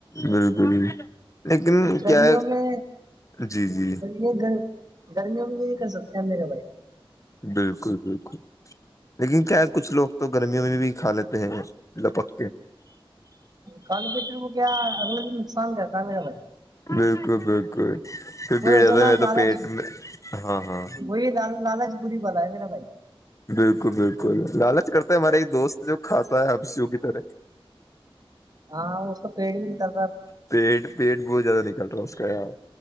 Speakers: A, on the left (about 35°); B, on the right (about 40°).
A: بالکل لیکن
B: گرمیوں
A: کیا
B: میں
A: جی جی
B: یہ گ گرمیوں میں یہ نہیں کر سکتے ہم میرا بھائی
A: بالکل بالکل لیکن کیا کچھ لوگ تو گرمیوں میں بھی کھا لیتے ہیں لپکے
B: کالی پیٹر کو کیا اگلے دن نقصان کرتا میرا بھائی
A: بالکل بالکل پھر
B: وہ
A: بھیڑتا
B: ہوتا نا
A: میں
B: لالچ
A: تو پیٹ میں ہاں ہاں
B: وہی ل لالچ پوری بلا ہے میرا بھائی
A: بالکل بالکل لالچ کرتا ہے ہمارے ایک دوست جو کھاتا ہے ہپسییو کی طرح
B: ہاں اس کا پیٹ بھی نکال
A: پیٹ پیٹ بہت زیادہ نکل رہا ہے اس کا یار